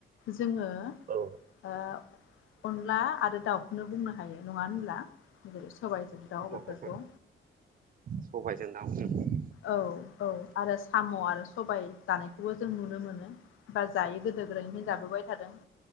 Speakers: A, on the left (about 75°); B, on the right (about 45°).
A: जोङो
B: औ
A: ओ अनला आरो दाउखौनो बुंनो हायो नङा होनब्ला। सबाइजों दाउ बेफोरखौ
B: औ सबायजों <unintelligible>
A: औ औ आरो साम' आरो सबाय जानायखौबो जों नुनो मोनो बा जायो गोदो गोदायनिफ्रायनो जाबोबाय थादों